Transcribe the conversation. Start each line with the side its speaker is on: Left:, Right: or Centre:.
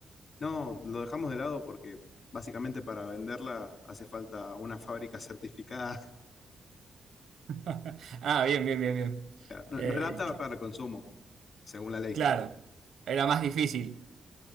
Left: No, lo dejamos de lado porque básicamente para venderla hace falta una fábrica certificada. <laughs>
Right: <laughs> Ah, bien, bien, bien, bien.
Left: No,
Right: Eh,
Left: no era apta para el consumo, según la ley.
Right: claro, era más difícil.